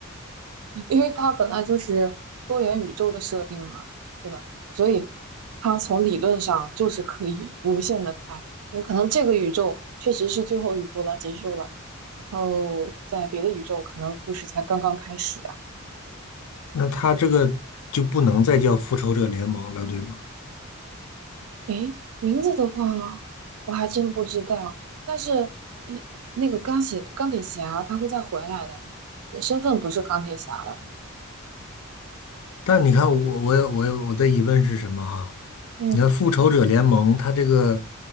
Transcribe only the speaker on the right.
因为它本来就是多元宇宙的设定嘛，对吧？所以它从理论上就是可以无限的拍，有可能这个宇宙确实是最后一部了，结束了，然后在别的宇宙可能故事才刚刚开始。
诶，名字的话，我还真不知道。但是，呃那个钢铁钢铁侠他会再回来的，身份不是钢铁侠了。
嗯，